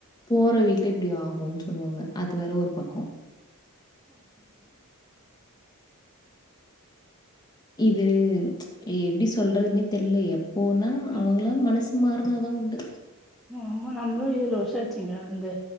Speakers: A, on the left; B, in the centre.
A: போற வீட்ல இப்டி ஆகுன்னு சொல்லுவாங்க அது வேற ஒரு பக்கோ இது எப்டி சொல்றதுன்னே தெர்ல எப்போனா
B: ம்
A: அவுங்களா மனசு மாறுனா தான் உண்டு
B: ஆமா நம்பளு ஏழு வருஷ ஆச்சுங்க வந்து